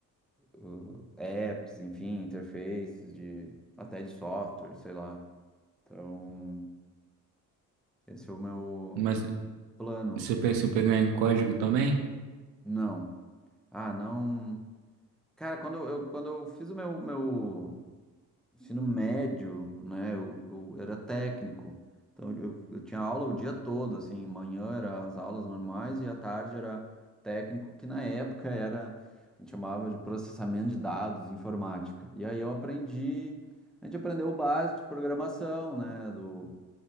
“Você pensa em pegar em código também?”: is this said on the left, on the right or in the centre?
Right